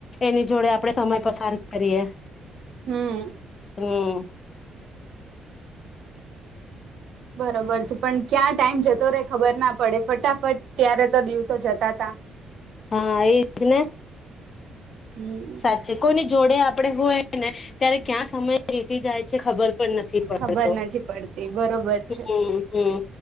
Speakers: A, on the left (about 45°); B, on the right (about 70°).
A: એની જોડે આપણે સમય પસાર કરીએ.
B: હમ
A: હમ
B: બરોબર છે પણ ક્યાં ટાઈમ જતો રહેે ખબર ના પડે ફટાફટ ત્યારે તો દિવસો જતા તા
A: હા એજ ને.
B: હમ
A: સાચી કોઈની જોડે આપડે હોય ને ત્યારે ક્યાં સમય વીતી જાય છે ખબર પણ નથી પડતો
B: ખબર નથી પડતી બરોબર
A: હમ
B: છે.
A: હમ